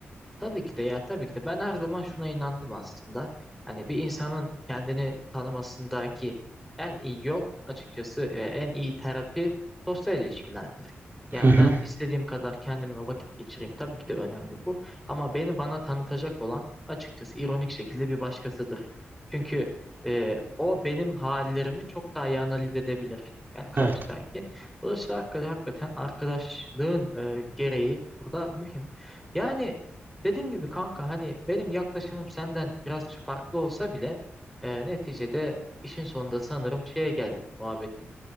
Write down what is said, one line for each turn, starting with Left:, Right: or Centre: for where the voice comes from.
Centre: Tabii ki de ya tabii ki de ben her zaman şuna inandım aslında. Hani bir insanın kendini tanımasındaki en iyi yol açıkçası e, en iyi terapi sosyal ilişkilerdir. Yani
Right: Hı hı.
Centre: ben istediğim kadar kendimle vakit geçireyim. Tabii ki de önemli bu. Ama beni bana tanıtacak olan açıkçası ironik şekilde bir başkasıdır. Çünkü e, o benim hallerimi çok daha iyi analiz edebilir. Yani karşıdaki.
Right: Evet.
Centre: Dolayısıyla hakikaten, hakikaten arkadaşlığın e, gereği burada mühim. Yani Dediğim gibi kanka hani benim yaklaşımım senden biraz farklı olsa bile e, neticede işin sonunda sanırım şeye geldik muhabbetin